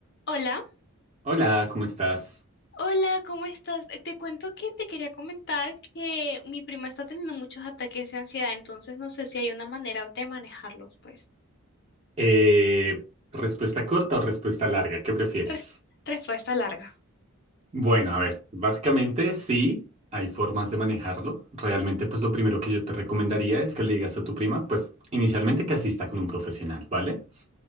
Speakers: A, on the left (about 50°); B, on the right (about 30°).
A: Hola,
B: Hola, ¿cómo estás?
A: hola, ¿cómo estás? Eh, Te cuento que te quería comentar que mi prima está teniendo muchos ataques de ansiedad, entonces no sé si hay una manera de manejarlos, pues.
B: Eh, ¿respuesta corta o respuesta larga? ¿Qué prefieres?
A: Res- respuesta larga.
B: Bueno, a ver, básicamente sí, hay formas de manejarlo. Realmente, pues lo primero que yo te recomendaría es que le digas a tu prima, pues inicialmente que asista con un profesional, ¿vale?